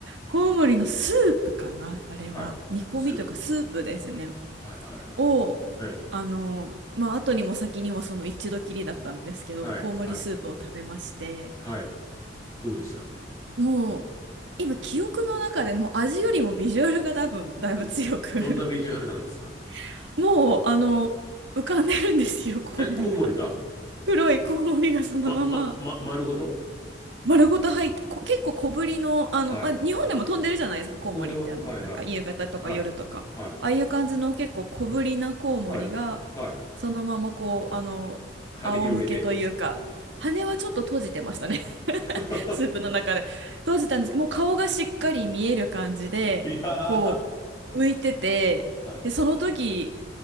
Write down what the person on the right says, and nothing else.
コウモリのスープかな、あれは。
煮込みというかスープですね。
を、
あの、まあ、後にも先にもその一度きりだったんですけど、
コウモリスープを食べまして、
もう、今、記憶の中でねもう味よりもビジュアルが多分、だいぶ強く
<laughs> もう、あの、浮かんでるんですよ、コウモリが。
黒いコウモリがそのまま。
丸ごと入って、こ、結構小ぶりの、あの、
まあ、日本でも飛んでるじゃないですか、コウモリって、
あの、
なんか夕方とか夜とか、
ああいう感じの結構小ぶりなコウモリが、
そのままこう、あの、
仰向けというか、羽はちょっと閉じてましたね。
スープの中で閉じたんですけど、もう顔がしっかり見える感じで、
こう、浮いてて、
で、その時、